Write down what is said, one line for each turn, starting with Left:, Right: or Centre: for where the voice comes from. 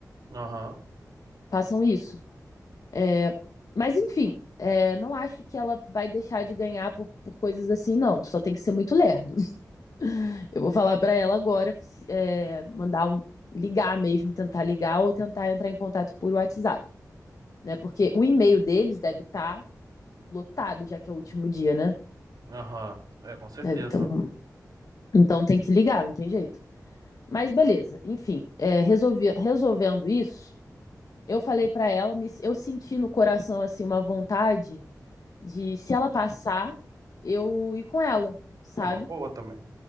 Right: Aham,
Left: Façam isso. É, Mas, enfim, é, não acho que ela vai deixar de ganhar por, por coisas assim, não. Só tem que ser muito lerdo. <laughs> Eu vou falar pra ela agora, é, mandar um, ligar mesmo, tentar ligar ou tentar entrar em contato por WhatsApp, né? Porque o e-mail deles deve estar lotado, já que é o último dia, né?
Right: aham. É, com certeza.
Left: É, Então, então tem que se ligar, não tem jeito. Mas beleza, enfim, é, resolvi- resolvendo isso, eu falei pra ela, me- eu senti no coração assim uma vontade de se ela passar, eu ir com ela, sabe?
Right: É uma boa também.